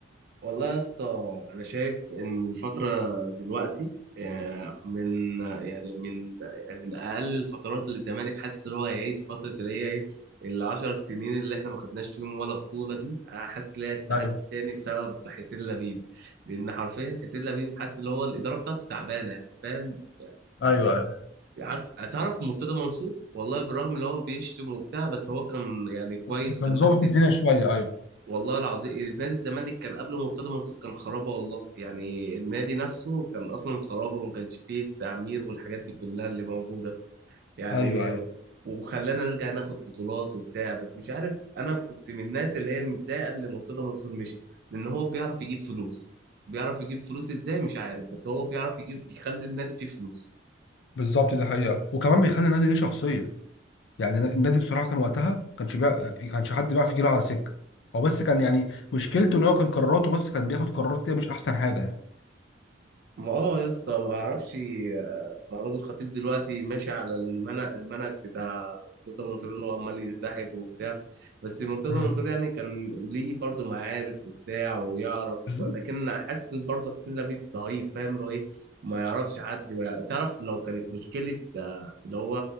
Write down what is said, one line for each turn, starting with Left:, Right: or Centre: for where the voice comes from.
Right: والله يا اسطى انا شايف ان الفتره دلوقتي آه، من يعني من من اقل الفترات اللي الزمالك حاسس ان هو هيعيد فتره اللي هي ايه العشر سنين اللي احنا ما خدناش فيهم ولا بطوله دي آه، حاسس ان هي هتتعاد
Left: ايوه
Right: تاني بسبب حسين لبيب لان حرفيا حسين لبيب حاسس ان هو الاداره بتاعته تعبانه يعني فاهم
Left: ايوه
Right: يعني
Left: ايوه
Right: عكس تعرف مرتضى منصور والله بالرغم ان هو بيشتم وبتاع بس هو كان يعني كويس
Left: بس كان
Right: كان
Left: ظابط
Right: ماسك
Left: الدنيا شوية ايوه
Right: والله العظيم نادي الزمالك كان قبل مرتضى منصور كان خرابه والله يعني النادي نفسه كان اصلا خرابه ما كانش فيه التعمير والحاجات دي كلها اللي موجوده يعني
Left: ايوه ايوه
Right: و- وخلانا نرجع ناخد بطولات وبتاع بس مش عارف انا كنت من الناس اللي هي متضايقه اللي مرتضى منصور مشي لان هو بيعرف يجيب فلوس بيعرف يجيب فلوس ازاي مش عارف بس هو بيعرف يجيب يخلي النادي فيه فلوس
Left: بالظبط ده حقيقة وكمان بيخلي النادي ليه شخصية يعني النادي بصراحة كان وقتها كانش بيع... كانش حد بيعرف يجيله على سكة هو بس كان يعني مشكلته ان هو كان قراراته بس كان بياخد قرارات كده مش احسن حاجة يعني
Right: ما اه يا اسطى ما اعرفش محمود الخطيب دلوقتي ماشي على المنهج المنهج بتاع مرتضى منصور اللي هو عمال ينسحب وبتاع بس مرتضى
Left: مم.
Right: منصور يعني كان ليه برضه معارف وبتاع ويعرف
Left: بالظبط
Right: لكن حاسس برضه حسين لبيب ضعيف فاهم اللي هو ايه ما يعرفش حد ما يع- تعرف لو كانت مشكلة آه، اللي هو